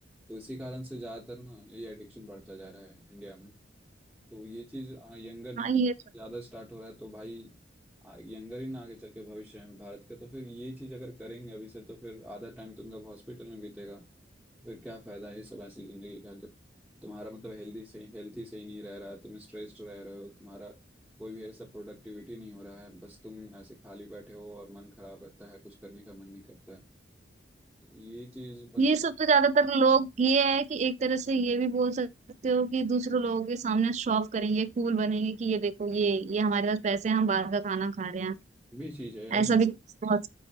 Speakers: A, in the centre; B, on the right (about 40°).
A: तो इसी कारण से ज्यादातर ना ये एडिक्शन बढ़ता जा रहा है इंडिया में तो ये चीज यंगर
B: हाँ ये तो
A: ज्यादा स्टार्ट हो रहा है तो भाई यंगर ही ना आगे चल के भविष्य में भारत का तो फिर ये चीज अगर करेंगे अभी से तो फिर आधा टाइम तुमका हॉस्पिटल में बीतेगा फिर क्या फायदा है ये सब ऐसी जिंदगी का जब तुम्हारा मतलब हेल्दी सही हेल्थी सही नहीं रह रहा है तुम स्ट्रेस्ड रह रहे हो तुम्हारा कोई भी ऐसा प्रोडक्टिविटी नहीं हो रहा है बस तुम ऐसे खाली बैठे हो और मन खराब रहता है कुछ करने का मन नहीं करता है तो ये चीज बस
B: ये सब तो ज्यादातर लोग ये है कि एक तरह से ये भी बोल सकते हो कि दूसरे लोगों के सामने शो ऑफ करेंगे कूल बनेंगे कि ये देखो ये ये हमारे पास पैसे हैं हम बाहर का खाना खा रहे हैं
A: भी चीज है यार
B: ऐसा भी बहुत